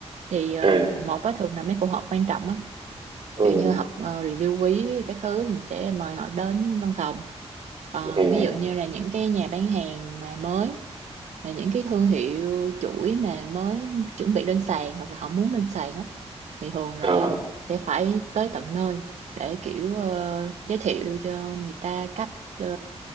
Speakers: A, on the right; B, on the right.
A: thì ờ,
B: à,
A: một á thường là mấy cuộc họp quan trọng á
B: ừ,
A: kiểu như học ờ, review quý cái thứ thì mình sẽ mời họ đến văn phòng còn
B: à,
A: ví dụ như là những cái nhà bán hàng mà mới là những cái thương hiệu chuỗi mà mới chuẩn bị lên sàn hoặc là họ muốn lên sàn á thì thường là
B: ờ,
A: sẽ phải tới tận nơi để kiểu ờ, giới thiệu cho người ta cách ờ,